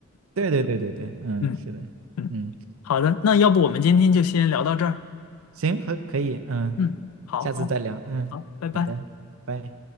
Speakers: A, on the right; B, on the left.
A: 对对对对对，嗯，
B: 嗯。
A: 是的，
B: 嗯，
A: 嗯，
B: 好的，那要不我们今天就先聊到这儿。
A: 行，可可以，嗯，
B: 嗯，好好
A: 下次再聊，嗯，
B: 好，拜拜。
A: 好的，拜拜。